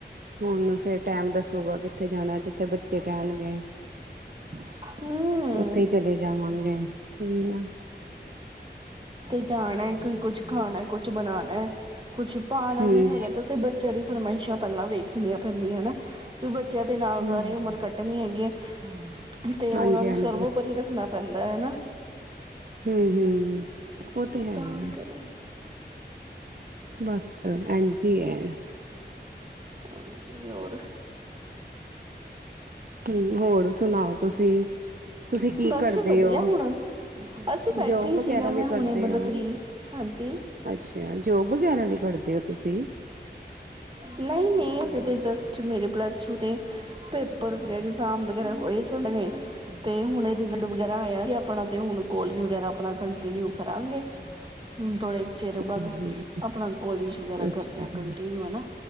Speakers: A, on the right (about 50°); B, on the right (about 30°).
A: ਹੁਣ ਫੇਰ ਟੈਮ ਦੱਸੂਗਾ ਕਿੱਥੇ ਜਾਣਾ ਜਿੱਥੇ ਬੱਚੇ ਕਹਿਣ‌। <unintelligible>
B: ਹਮ
A: ਉੱਥੇ ਹੀ ਚਲੇ ਜਾਵਾਂਗੇ ਉਈ ਨਾ
B: ਜਾਣੈ, ਕੋਈ ਕੁੱਛ ਖਾਣੈ, ਕੁੱਛ ਬਣਾਣੈ। ਕੁੱਛ ਪਾਨਾ
A: ਹਮ
B: ਵੀ ਹੈਗਾ ਤੇ ਉੱਥੇ, ਬੱਚਿਆਂ ਦੀ ਫਰਮਾਈ <unintelligible> ਪਹਿਲਾ ਵੀ <unintelligible> ਣੀਆਂ ਪੈਂਦੀਆਂ ਨਾ, ਵੀ ਬੱਚਿਆਂ ਦੇ ਨਾਲ
A: ਹਮ
B: ਸਾਰੀ ਉਮਰ ਕੱਟਣੀ ਹੈ ਗੀਆ <inaudible> ਤੇ
A: ਹਾਂਜੀ
B: ਓਨਾਂ ਨੂੰ,
A: ਹਾਂਜੀ
B: ਸਰਵਉਪਰ
A: ਉਹ
B: ਈ ਰੱਖਨਾ ਪੈਂਦਾ ਐ ਹਨਾ।
A: ਹੂੰ-ਹੂੰ ਉਹ ਤੇ ਹੈ
B: ਤਾਂ
A: ਈ ਐ,
B: ਕਰ
A: ਬਸ ਐਂਜ ਈ ਐ।
B: ਅਤੇ, ਹੋਰ।
A: ਹੂੰ, ਹੋਰ ਸੁਣਾਓ। ਤੁਸੀਂ ਤੁਸੀਂ ਕੀ
B: ਬਸ
A: ਕਰਦੇ
B: ਵਧੀਆ
A: ਹੋ
B: ਹੁਣ, ਅਸੀਂ ਬੈਠੇ
A: ਜੋਬ
B: ਹੀ
A: ਵਗੈਰਾ
B: ਸੀਗਾ
A: ਵੀ
B: ਮੈਂ ਹੁਣੇ,
A: ਕਰਦੇ
B: ਮਤਲਬ
A: ਹੋ
B: ਫ੍ਰੀ, ਹਾਂਜੀ।
A: ਅੱਛਾ ਜੋਬ ਵਗੈਰਾ ਵੀ ਕਰਦੇ ਓ, ਤੁਸੀਂ?
B: ਨਈ-ਨਈ ਅਜੇ ਤੇ ਜਸਟ ਮੇਰੇ ਪਲੱਸ ਟੂ ਦੇ ਪੇਪਰ ਵ ਇਗਜ਼ਾਮ ਵਗੈਰਾ ਹੋਏ <unintelligible> ਤੇ ਹੁਣ ਰਿਜ਼ਲਟ ਵਗੈਰਾ ਆਇਆ ਆਪਣਾ, ਤੇ ਹੁਣ ਕੋਲਜ ਵਗੈਰਾ ਆਪਣਾ ਕੰਟੀਨਿਊ ਕਰਾਂਗੇ। ਹੂੰ ਥੋੜ੍ਹੇ ਚਿਰ ਬਾਅਦ,
A: ਹਮ
B: ਆਪਣਾ ਕੋਲਿਜ ਵਗੈਰਾ
A: ਅੱਛਾ
B: ਕਰਨਾ
A: ਹਮ
B: ਕੰਟੀਨਿਊ। ਹੈਨਾ।